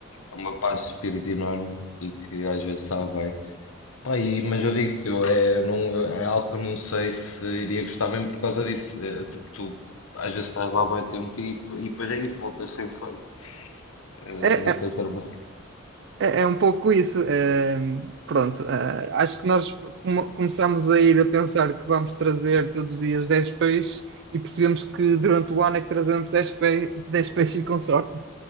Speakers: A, on the left; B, on the right.
A: uma paz de espírito enorme e que às vezes sabe bem. Pá, e- mas eu digo-te, eu- é, não, é algo que eu não sei se iria gostar mesmo por causa disso. É, é tipo, tu às vezes estás lá há bué tempo e, e depois é isso, voltas sem sorte. Eh,
B: É,
A: Não
B: é,
A: sei se era uma
B: É, é um pouco isso. eh, pronto, eh, acho que nós come- começámos a ir a pensar que vamos trazer todos os dias dez peixes e percebemos que durante o ano é que trazemos 10 pe 10 peixes e consorte